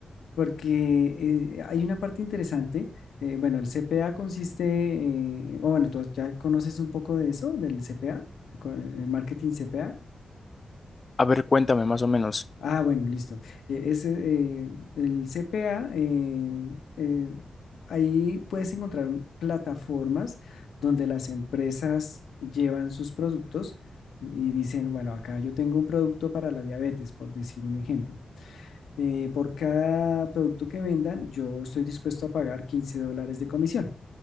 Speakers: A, on the left; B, on the left.
A: porque eh, hay una parte interesante. eh, bueno, el CPA consiste, eh, o bueno, tú ya conoces un poco de eso, del CPA, co- el marketing CPA.
B: A ver, cuéntame más o menos.
A: Ah, bueno, listo. Eh, ese, eh, el CPA, eh, eh, ahí puedes encontrar un- plataformas donde las empresas llevan sus productos y dicen, bueno, acá yo tengo un producto para la diabetes, por decir un ejemplo. eh, por cada producto que vendan, yo estoy dispuesto a pagar 15 dólares de comisión.